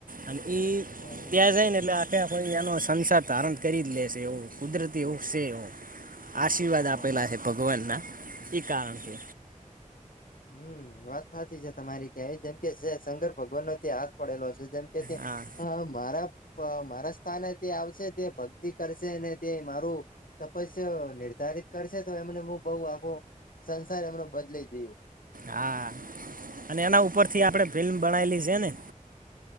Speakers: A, on the right; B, on the left.
A: અને ઈ
B: હા
A: ત્યાં જાય ને એટલે ત્યાં પછી એનો સંસાર ધારણ કરી જ લેશે એવું, કુદરતી એવું છે એવ આશીર્વાદ
B: હા
A: પહેલા હે ભગવાનના એ કારણકે
B: હમ્મ, વાત હાચી છે તમારી કેવી જેમકે જે શંકર ભગવાન નો ત્યા હાથ પડેલો છે જેમકે તે
A: હા
B: મારા મારા સ્થાને તે આવશે તે ભગ થી કરશે ને તે મારું તપસ્યા નિર્ધારિત કરશે તો એમને હું બહ આખો સંસાર એમનો બદલાઈ દવ
A: હા અને એના ઉપરથી આપડે ફિલ્મ બનાયલી છે ને,